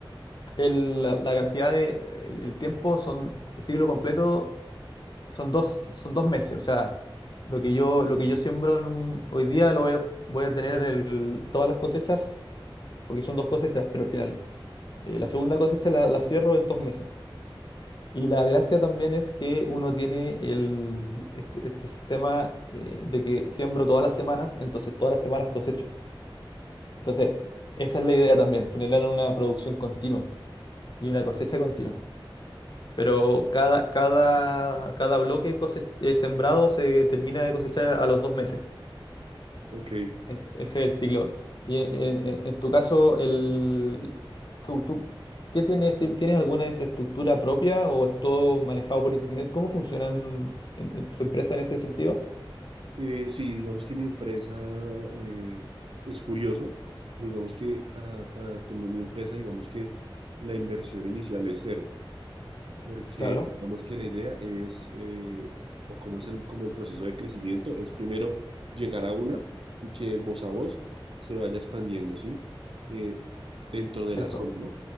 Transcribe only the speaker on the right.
Ok,
Eh, sí, digamos que mi empresa eh, es curioso, digamos que para, para tener mi empresa, digamos que la inversión inicial es cero, porque
digamos que la idea es, eh, o como es el, como el proceso de crecimiento, es primero llegar a una y que el voz a voz se vaya expandiendo, ¿sí? Eh, dentro de
la zona, ¿no?